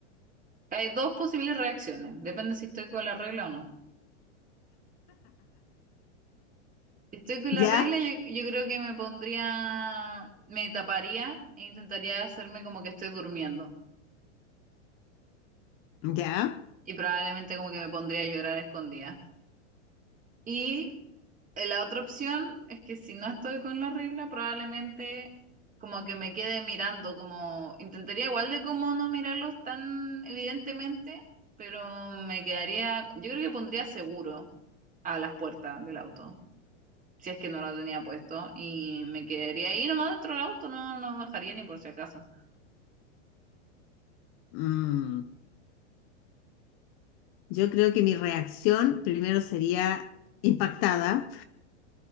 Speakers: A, on the right; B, on the left.
A: que hay dos posibles reacciones. Depende si estoy con la regla o no. Estoy con
B: ¿Ya?
A: la regla, yo, yo creo que me pondría, me taparía e intentaría hacerme como que estoy durmiendo.
B: ¿Ya?
A: Y probablemente como que me pondría a llorar a escondida. Y eh, la otra opción es que si no estoy con la regla, probablemente como que me quede mirando, como intentaría igual de como no mirarlos tan evidentemente, pero me quedaría, yo creo que pondría seguro a las puertas del auto. si es que no lo tenía puesto, y me quedaría ahí nomás dentro del auto, no, no bajaría ni por si acaso.
B: Mm. Yo creo que mi reacción primero sería impactada.